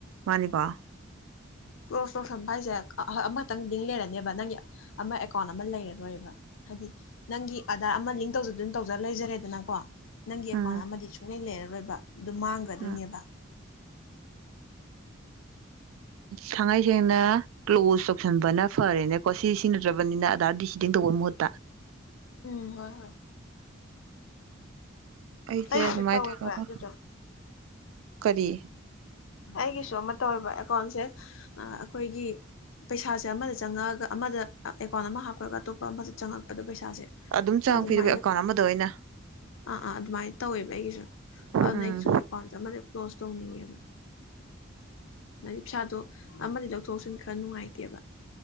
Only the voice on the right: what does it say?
ꯃꯥꯅꯤꯀꯣ
ꯎꯝ
ꯎꯝ ꯊꯉꯩ ꯁꯦꯡꯅ ꯀ꯭ꯂꯣꯖ ꯇꯧꯁꯟꯕꯅ ꯐꯔꯦꯅꯦꯀꯣ ꯁꯤ ꯁꯤꯖꯤ ꯅꯗ꯭ꯔꯕꯅꯤꯅ ꯑꯗꯥꯔ ꯗꯤ ꯁꯤꯗꯤꯡ ꯇꯧꯕꯩ ꯃꯍꯨꯠꯇ
ꯑꯩꯁꯦ
ꯑꯗꯨꯃꯥꯏ
ꯇꯧꯔꯒꯥ
ꯀꯔꯤ
ꯑꯗꯨꯝ ꯆꯥꯡ
ꯄꯤꯗꯕ ꯑꯦꯀꯥꯎꯟ ꯑꯃꯗ ꯑꯣꯏꯅ
ꯎꯝ